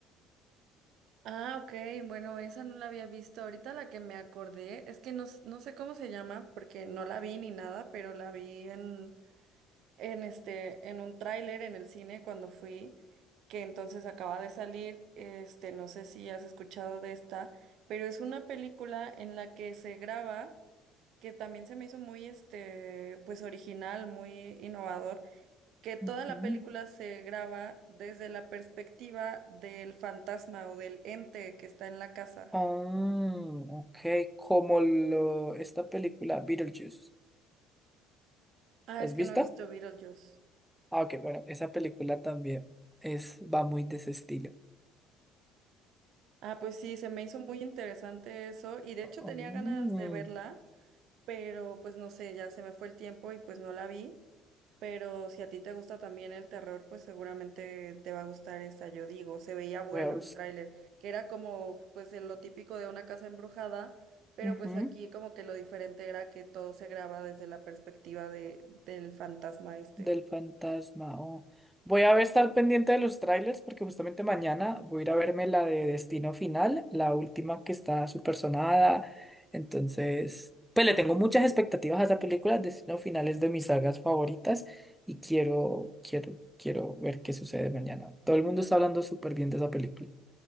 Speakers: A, on the right; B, in the centre.
A: Ah, ok, bueno, esa no la había visto. Ahorita la que me acordé es que no, s- no sé cómo se llama porque no la vi ni nada, pero la vi en, en este, en un tráiler en el cine cuando fui, que entonces acaba de salir, este, no sé si has escuchado de esta, pero es una película en la que se graba, que también se me hizo muy, este, pues original, muy innovador que toda
B: Ujú.
A: la película se graba desde la perspectiva del fantasma o del ente que está en la casa.
B: Ah, ok, como lo, esta película Beetlejuice.
A: Ah,
B: ¿La
A: es
B: has
A: que
B: visto?
A: no he visto Beetlejuice.
B: Ah, ok, bueno, esa película también es, va muy de ese estilo.
A: Ah, pues sí, se me hizo muy interesante eso y de
B: Mm,
A: hecho tenía ganas de verla, pero pues no sé, ya se me fue el tiempo y pues no la vi. Pero si a ti te gusta también el terror, pues seguramente te va a gustar esta, yo digo. Se veía bueno
B: voy a buscar.
A: el tráiler, que era como pues en lo típico de una casa embrujada, pero
B: Ujú,
A: pues aquí como que lo diferente era que todo se graba desde la perspectiva de, del fantasma este.
B: Del fantasma. oh. Voy a ver, estar pendiente de los trailers porque justamente mañana voy a ir a verme la de Destino Final, la última que está súper sonada. Entonces, pues le tengo muchas expectativas a esa película. Destino Final es de mis sagas favoritas y quiero, quiero, quiero ver qué sucede mañana. Todo el mundo está hablando súper bien de esa película.